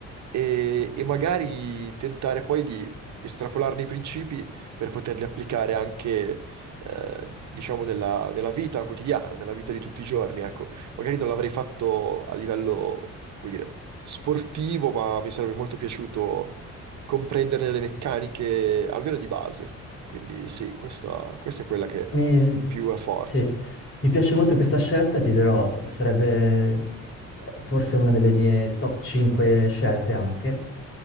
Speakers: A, on the right; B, on the left.
A: e, e magari tentare poi di estrapolarne i principi per poterli applicare anche, eh, diciamo, nella, nella vita quotidiana, nella vita di tutti i giorni. Ecco, magari non l'avrei fatto a livello, come dire, sportivo, ma mi sarebbe molto piaciuto comprendere le meccaniche, almeno di base. Quindi sì, questa, questa è quella che
B: Mi,
A: più è forte.
B: sì, mi piace molto questa scelta, ti dirò, sarebbe forse una delle mie top 5 scelte anche.